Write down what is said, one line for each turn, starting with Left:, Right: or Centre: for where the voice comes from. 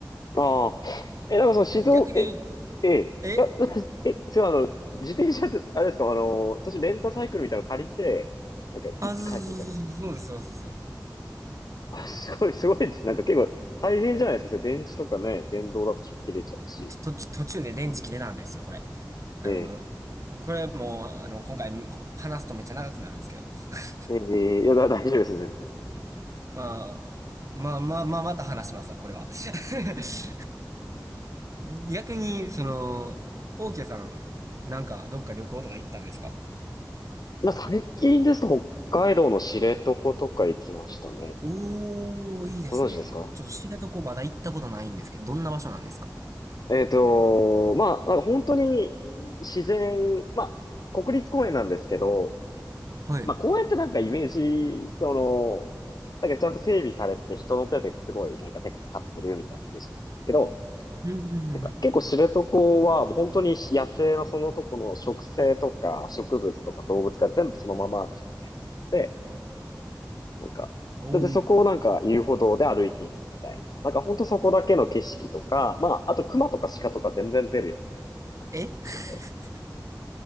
Left: ああ、え、なんかその静岡、
Right: <laughs> 逆に、
Left: え、ええ、
Right: え
Left: いや、<laughs> え、そうあの、自転車って、あれですか、あの、途中レンタサイクルみたいなの借りて、なんか行って返すみたいな。
Right: あ、そうそうそうそうそうそうそうで
Left: あ、すごい、すごいです。なんか結構大変じゃないですか。それ電池とかね、電動だと切れちゃうし。
Right: す。と、途中途中で電池切れたんですよ、これ。あの、
Left: ええ、
Right: これもう、あの、今回話すとめっちゃ長くなるんですけど。<laughs>
Left: ええ、いや、だ、大丈夫です。全然
Right: まあ、まあまあまあ、また話しますわ、これは。<laughs>
Left: うん
Right: 逆に、その、オーケーさん、なんか、どっか旅行とか行ったんですか
Left: まあ、最近ですと北海道の知床とか行きましたね。
Right: おー、いいですね。
Left: ご存知ですか
Right: ちょっと知床まだ行ったことないんですけど、どんな場所なんですか
Left: えっと、まあ、なんか本当に自然、まあ、国立公園なんですけど、
Right: はい。
Left: まあ、公園ってなんかイメージ、その、なんかちゃんと整備されてて人の手ですごいなんか手がかかってるみたいなイメージだったんですけど、
Right: うんうんうん
Left: なんか結構知床はもう本当に野生のそのとこの植生とか植物とか動物が全部そのままの状態だってなんか、
Right: うん。おお。
Left: だってそこをなんか遊歩道で歩いていくみたいな。なんかほんとそこだけの景色とか、まあ、あと熊とか鹿とか全然出るような感じでしょうね
Right: え <laughs>